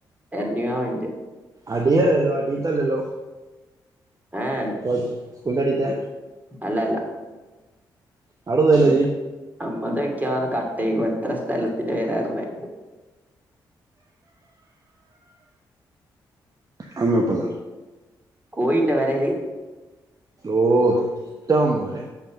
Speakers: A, on the right; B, on the right.
A: ഇരണിക ഉണ്ട്
B: അടീലല്ലല്ലോ അടിത്തെ അല്ലല്ലോ
A: ആഹ്
B: <unintelligible> സ്കൂളിന്റെ അടീത്തെ
A: അല്ല അല്ല
B: അവിടെ പോവല്ലേ
A: നമ്മ
B: ഇജ്ജ്
A: നമ്മടെ മിക്കവാറും കട്ട് ചെയ്യും എത്ര സ്ഥലത്തിന്റെ പേരാരുന്നു
B: അങ്ങോട്ടല്ല
A: കോയിയുണ്ടോ പെരേല്
B: ഓ ഇഷ്ടം പോലെ